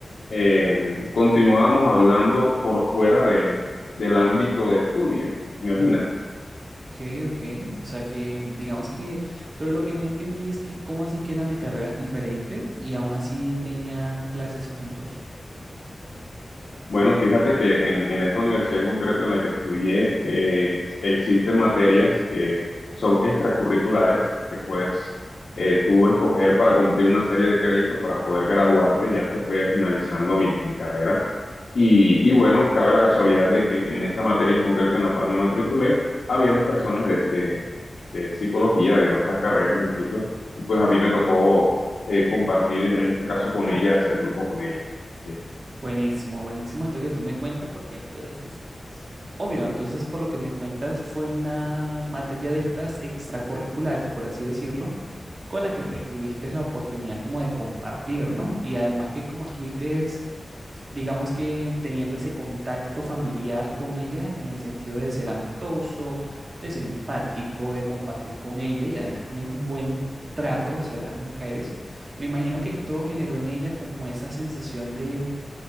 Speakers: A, on the left; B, on the right.
A: eh, continuábamos hablando por fuera de, del ámbito de estudio. Imagínate.
B: Ok, ok. O sea que digamos que, pero lo que no entendí es que cómo así que eran de carreras diferentes y aún así tenían clases juntos.
A: Bueno, fíjate que en, en esta universidad en concreto en la que estudié, eh, existen materias que son extracurriculares que puedes eh, tú escoger para cumplir una serie de créditos para poder graduarte. Ya esto fue finalizando mi, mi carrera. Y, y bueno, cabe la casualidad de que en esa materia en concreto en la cual me matriculé, habían personas de, de, de psicología, de otras carreras incluso, y pues a mí me tocó eh, compartir en este caso con ella, hacer grupo con ella. Así es.
B: Buenísimo, buenísimo esto que tú me cuentas, porque entonces, obvio, entonces por lo que me cuentas fue una materia de estas extracurriculares, por así decirlo, con la que pues tuviste la oportunidad como de compartir, ¿no? Y además que como estuviste, es, digamos que teniendo ese contacto familiar con ella en el sentido de ser amistoso, de ser empático, de compartir con ella y además tienes un buen trato hacia las mujeres, me imagino que esto generó en ella como esa sensación de